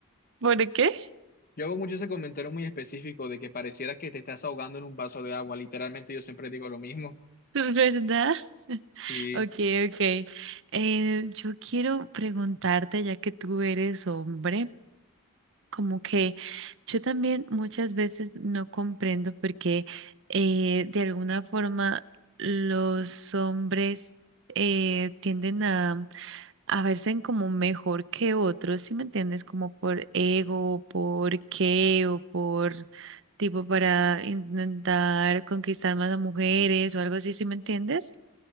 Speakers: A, on the right; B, on the left.
A: ¿por qué?
B: Yo hago mucho ese comentario muy específico de que pareciera que te estás ahogando en un vaso de agua. Literalmente yo siempre digo lo mismo.
A: ¿Verdad?
B: Sí.
A: Okay, okay. Eh, yo quiero preguntarte, ya que tú eres hombre. Como que yo también muchas veces no comprendo porque eh, de alguna forma los hombres eh, tienden a, a verse como mejor que otros, si me entiendes? Como por ego, por qué o por tipo para intentar conquistar más a mujeres o algo así, si me entiendes?